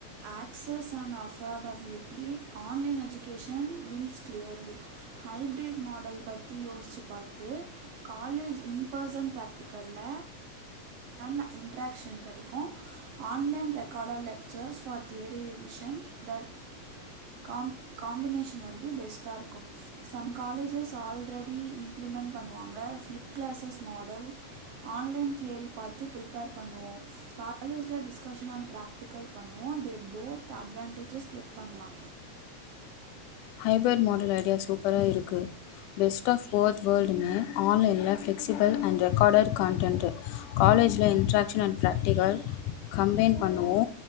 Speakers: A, on the right; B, on the left.
A: access and affordability online education wins clearly hybrid model பத்தி யோசிச்சு பார்த்து காலேஜ் இன்பர்சன் ப்ராக்டிக்கல்ல அன் இன்ட்ராக்ஷன் கிடைக்கு ஆன்லைன் ரெக்கார்டர் லெக்சர்ஸ் ஃபார் தியரிவிஷன் தட் காம் காம்பினேஷன் வந்து பெஸ்ட்டா இருக்கு சம் காலேஜஸ் ஆல்ரெடி இம்ப்ளிமெண்ட் பண்ணுவாங்க flip classes model online theory பார்த்து ப்ரிப்பேர் பண்ணுவோ காலேஜ் டிஸ்கஷன்னான பிராக்டிகல் பண்ணுவோ தே போத் அட்வான்டேஜஸ் செக் பண்லா
B: ஹைபரட் மாடல் ஐடியா சூப்பராக இருக்கு பெஸ்ட் ஆஃப் ஒர்த் வேர்ல்டுமே ஆன்லைனில ஃப்ளெக்ஸிபிள் அண்ட் ரெக்கார்டட் கண்டன்ட் காலேஜில இன்ட்ராக்ஷன் அண்ட் ப்ராக்டிகல் கம்பைன் பண்ணுவோ